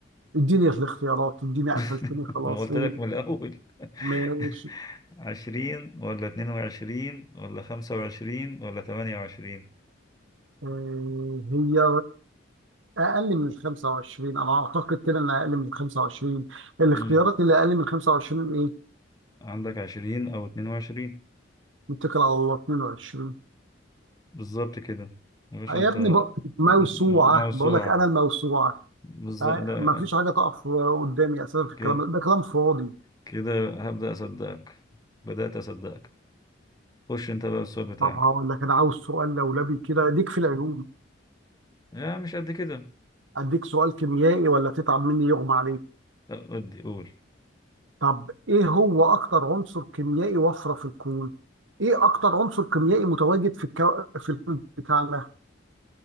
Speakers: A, on the right; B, on the left.
A: اديني الاختيارات اديني قفلتني
B: <laughs>
A: خلاص
B: ما قلت
A: قول
B: لك من الأول
A: ماشي
B: <laughs> عشرين ولا اتنين وعشرين ولا خمسة وعشرين ولا تمانية وعشرين
A: آه، هي اقل من ال 25 انا اعتقد كده انها اقل من ال 25 الاختيارات
B: مم.
A: اللي اقل من 25 ايه
B: عندك عشرين أو اتنين وعشرين
A: متكل على الله 22
B: بالظبط كده يا باشا
A: يا
B: أنت
A: ابني بق... موسوعه
B: م- موسوعة
A: بقول لك انا الموسوعه
B: بالظبط
A: آه،
B: لا
A: ما فيش حاجه تقف قدامي اساسا في الكلام
B: ك-
A: ده ده كلام فاضي
B: كده هبدأ أصدقك بدأت أصدقك خش أنت بقى بالسؤال بتاعك
A: طب هقول لك انا عاوز سؤال لولبي كده اديك في العلوم
B: يا مش قد كده
A: اديك سؤال كيميائي ولا تتعب مني يغمى عليك
B: لا، ودي قول
A: طب ايه هو اكتر عنصر كيميائي وفره في الكون ايه اكتر عنصر كيميائي متواجد في الكو... في الكون بتاعنا